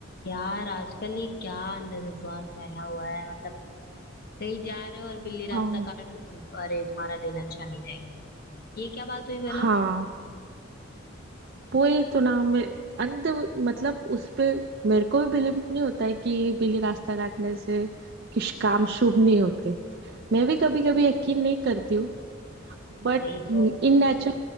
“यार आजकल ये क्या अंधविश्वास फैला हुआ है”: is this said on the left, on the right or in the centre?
Left